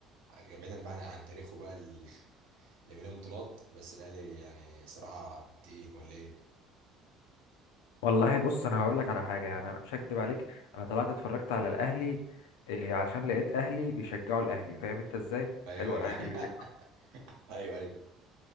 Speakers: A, on the right (about 75°); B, on the left (about 80°).
A: بعيدا بقى عن تاريخه بقى ال- <laughs> اللي مليان بطولات بس الاهلي يعني صراحه تقيل ولا ايه
B: والله بص انا هقول لك على حاجه يعني انا مش هكدب عليك انا طلعت اتفرجت على الاهلي إيه، عشان لقيت اهلي بيشجعوا الاهلي فاهم انت ازاي
A: ايوه
B: حلو
A: ايوه
B: اهلي
A: <laughs>
B: بيشجعوا
A: ايوه ايوه